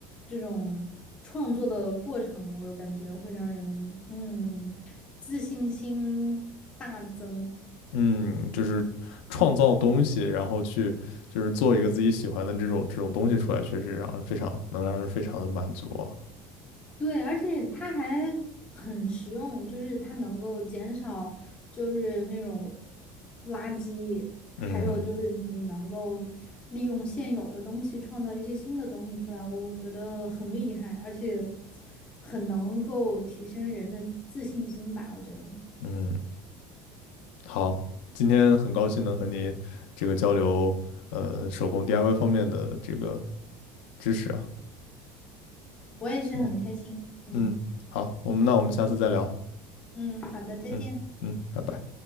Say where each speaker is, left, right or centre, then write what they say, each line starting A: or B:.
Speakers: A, on the left (about 20°); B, on the left (about 85°).
A: 这种创作的过程，我感觉会让人嗯自信心大增。
B: 嗯，就是创造东西，然后去就是做一个自己喜欢的这种这种东西出来，确实让人非常能让人非常的满足啊
A: 对，而且它还很实用，就是它能够减少就是那种垃圾，还有就是你能够利用现有的东西创造一些新的东西出来，
B: 嗯
A: 我觉得很厉害，而且很能够提升人的自信心吧，我觉得。
B: 嗯。好，今天很高兴能和你这个交流，呃，手工 DIY 方面的这个知识啊。
A: 我也是很开心。
B: 嗯
A: 嗯
B: 嗯，好，我们那我们下次再聊。
A: 嗯，好的，再见。
B: 嗯嗯，拜拜。